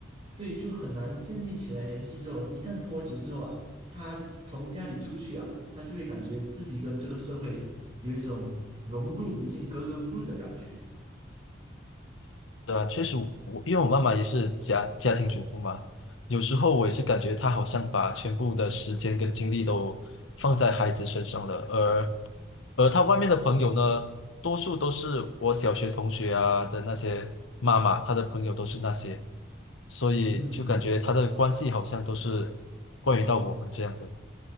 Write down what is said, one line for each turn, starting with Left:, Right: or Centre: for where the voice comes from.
Right: 对，就很难建立起来联系之后，一旦脱节之后啊，他从家里出去啊，他就会感觉自己跟这个社会有一种融入不进、格格不入的感觉。
Left: 对啊，确实我，我因为我妈妈也是家家庭主妇嘛，有时候我也是感觉她好像把全部的时间跟精力都放在孩子身上了，而而她外面的朋友呢，多数都是我小学同学啊的那些妈妈，她的朋友都是那些，所以就感觉她的关系好像都是关于到我们这样的。
Right: 嗯，